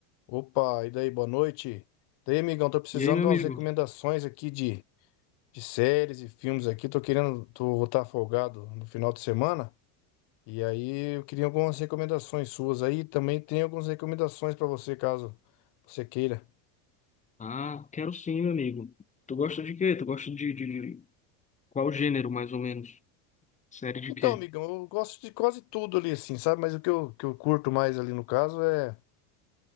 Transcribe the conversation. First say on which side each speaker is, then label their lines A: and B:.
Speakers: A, on the left; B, on the left.
A: Opa, e daí, boa noite. Daí, amigão, tô precisando
B: E aí, meu
A: de
B: amigo?
A: umas recomendações aqui de, de séries e filmes aqui. Tô querendo, tô, vou estar folgado no final de semana. E aí, eu queria algumas recomendações suas aí. Também tem algumas recomendações pra você, caso você queira.
B: Ah, quero sim, meu amigo. Tu gosta de quê? Tu gosta de, de, de qual gênero, mais ou menos? Série de
A: Então,
B: quê?
A: amigão, eu gosto de quase tudo ali, assim, sabe? Mas o que eu, que eu curto mais ali no caso é,